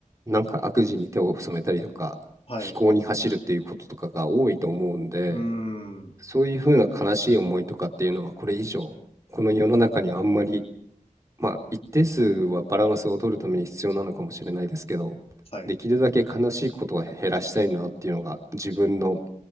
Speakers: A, on the right (about 20°); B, on the left (about 45°).
A: なんか悪事に手を染めたりとか、
B: はい。
A: 非行に走るっていうこととかが多いと思うんで、
B: うーん。
A: そういうふうな悲しい思いとかっていうのはこれ以上、この世の中にあんまり、まあ一定数はバランスを取るために必要なのかもしれないですけど、
B: はい。
A: できるだけ悲しいことは減らしたいなっていうのが自分の、